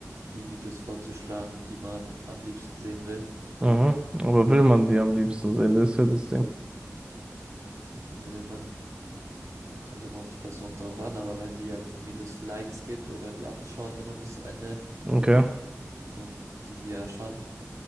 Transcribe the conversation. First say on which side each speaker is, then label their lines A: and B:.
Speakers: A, on the right; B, on the right.
A: die Videos vorzuschlagen, die man am liebsten sehen will.
B: Mhm. Aber will man die am liebsten sehen? Das ist ja das Ding.
A: Ja, die will man, ja, kommt immer auf die Person drauf an, aber wenn die ja den Videos Likes gibt oder die anschaut immer bis zum Ende,
B: Okay.
A: dann tun die dir ja schon